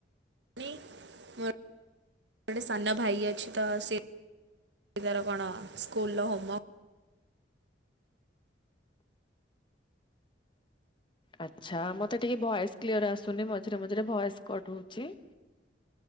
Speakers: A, on the right; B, on the left.
A: କି ମୋର ଗୋଟେ ସାନଭାଇ ଅଛି ତ ସେ ତାର କଣ ସ୍କୁଲର ହୋମ୍ୱର୍କ୍
B: ଆଛା। ମତେ ଟିକେ ଭଏସ କ୍ଲିୟର ଆସୁନି ମଝିରେ ମଝିରେ ଭଏସ କଟ ହଉଛି। <inaudible>